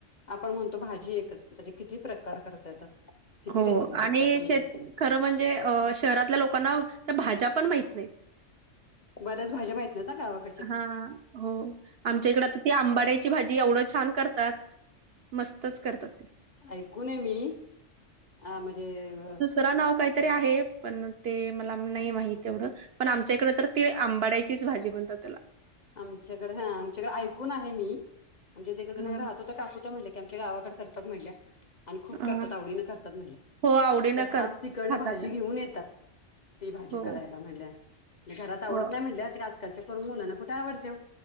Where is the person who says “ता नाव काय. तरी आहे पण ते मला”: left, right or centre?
Right